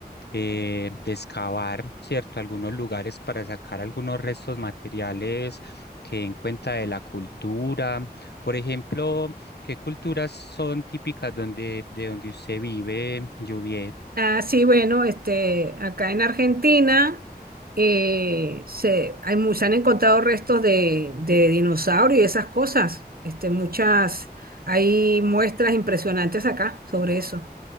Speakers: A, on the left; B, on the right.
A: eh, de excavar, ¿cierto?, algunos lugares para sacar algunos restos materiales que den cuenta de la cultura. Por ejemplo, ¿Qué culturas son típicas donde, de donde usted vive, Juviet?
B: Ah, sí, bueno, este, acá en Argentina eh, se, hay, mu- se han encontrado restos de, de dinosaurios y esas cosas. Este, muchas, hay muestras impresionantes acá sobre eso.